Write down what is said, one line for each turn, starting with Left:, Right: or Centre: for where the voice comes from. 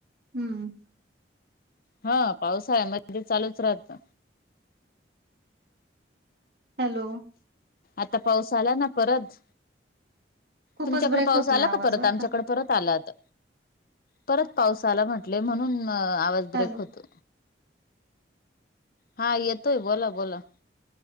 Right: हम्म
Left: हा पावसाळ्यामध्ये ते चालूच राहत.
Right: हॅलो.
Left: आता पाऊस आला ना परत
Right: खूपच
Left: तुमच्याकड
Right: ब्रेक
Left: पाऊस
Right: होतोय
Left: आला
Right: आवाज
Left: का परत
Right: बर
Left: आमच्याकड. परत आला आता परत पावसाला म्हटले म्हणून आवाज ब्रेक
Right: हॅलो
Left: होतो. हा येतोय बोला बोला.